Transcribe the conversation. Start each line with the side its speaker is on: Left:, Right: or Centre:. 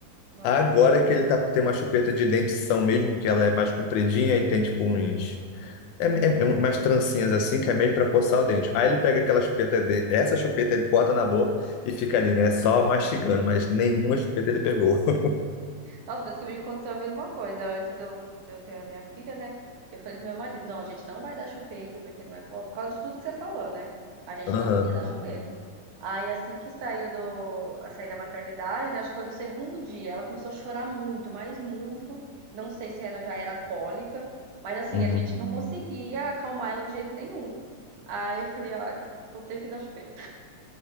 Right: Nossa.
Left: agora que ele tá, tem uma chupeta de dentição mesmo, que ela é mais compridinha e tem tipo uns. É, é, é umas trancinhas assim, que é meio para coçar o dente. Aí ele pega aquela chupeta dele, essa chupeta ele bota na boca e fica ali, né? Só mastigando, mas nenhuma chupeta ele pegou. <laughs>
Right: Nossa, mas comigo aconteceu a mesma coisa. Antes de eu, de eu ter a minha filha, né? Eu falei pro meu marido, não, a gente não vai dar chupeta, porque não é bom, por causa de tudo que você falou, né? A gente
Left: Aham.
Right: não ia dar chupeta. Aí assim que saiu do, a sair da maternidade, né, acho que foi no segundo dia, ela começou a chorar muito, mas muito. Não sei se era já era cólica, mas assim,
Left: Uhum.
Right: a gente não conseguia acalmar ela de jeito nenhum. Aí eu falei, ai, vou ter que dar chupeta.